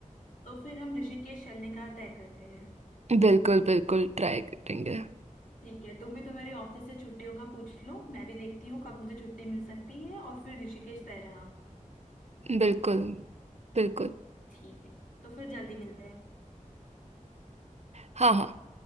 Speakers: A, on the left (about 80°); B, on the right (about 55°).
A: तो फिर हम ऋषिकेश चलने का तय करते हैं
B: बिल्कुल बिल्कुल ट्राई करेंगे
A: ठीक है तुम भी तो मेरे ऑफिस से छुट्टियों का पूछ लो मैं भी देखती हूँ कब मुझे छुट्टी मिल सकती है और फिर ऋषिकेश तय रहा
B: बिल्कुल बिल्कुल
A: ठीक है तो फिर जल्दी मिलते हैं
B: हाँ हाँ